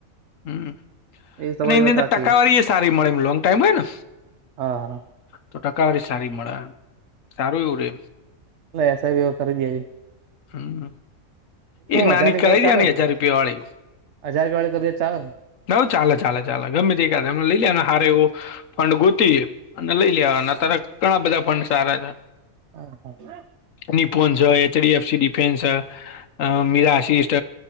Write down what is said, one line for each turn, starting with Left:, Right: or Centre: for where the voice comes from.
Left: હમ
Right: એ તમારી
Left: અને એની
Right: વાત
Left: અંદર
Right: સાચી
Left: ટકાવારી
Right: હે
Left: સારી મળે એ લોંગ ટાઈમ હોય ને
Right: હા
Left: તો ટકાવારી સારી મળે સારું એવું રે
Right: લ એસા બિવ કરી દે હઈ.
Left: હમ એક નાની
Right: હજાર ની
Left: કી
Right: કરે
Left: દયા
Right: ચાલે
Left: અને
Right: ને
Left: હજાર રૂપિયા વાળી
Right: હજાર ક વળે ક દે ચાલ
Left: નવ ચાલે ચાલે ચાલે ગમે ત એમ લઈ લેને હારે એવું ફંડ ગોતી અને લઈ લેવા અત્યારે ઘણા બધા ફંડ સારા છે.
Right: હા હા
Left: નિપોન્સ એચડી એફસી ડિફેન્સ અ મિરાસિસ્ટ